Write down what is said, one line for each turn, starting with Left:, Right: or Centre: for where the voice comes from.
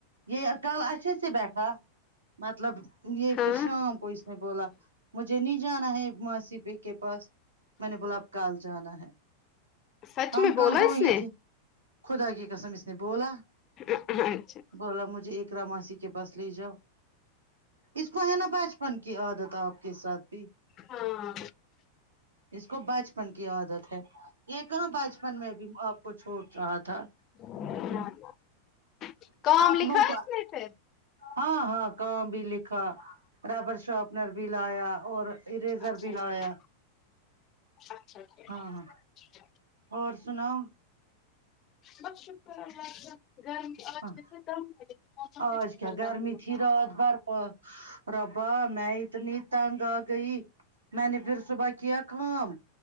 Right: یہ کل اچھے سے بیٹھا مطلب یہ
Left: ہاں
Right: پھر شام کو اس نے بولا مجھے نہیں جانا ہے ماسی پی کے پاس میں نے بولا اب کل جانا ہے
Left: سچ
Right: ہم
Left: میں
Right: کل
Left: بولا
Right: دو
Left: اس
Right: ہی
Left: نے
Right: تھے خدا کی قسم اس نے بولا
Left: اچھا
Right: بولا مجھے اقرا ماسی کے پاس لے جاؤ اس کو ہے نا بچپن کی عادت آپ کے ساتھ بھی
Left: ہاں
Right: اس کو بچپن کی عادت ہے یہ کہاں بچپن میں بھی آپ کو چھوٹ رہا تھا
Left: <unintelligible> کام
Right: آپ
Left: لکھا
Right: لوگ
Left: ہے اس میں سے
Right: ہاں ہاں کام بھی لکھا ربر شارپنر بھی لایا اور اریزر
Left: اچھا
Right: بھی لایا
Left: کیا اچھا ٹھیک
Right: ہاں ہاں اور سناؤ
Left: بس شکراللہ کا گرمی آج
Right: ہاں
Left: جیسے کم ہے لیکن موسم سے
Right: اج کیا
Left: ٹھنڈا
Right: گرمی
Left: ہوا
Right: تھی رات بھر ب ربا میں اتنی تنگ آ گئی میں نے پھر صبح کیا کام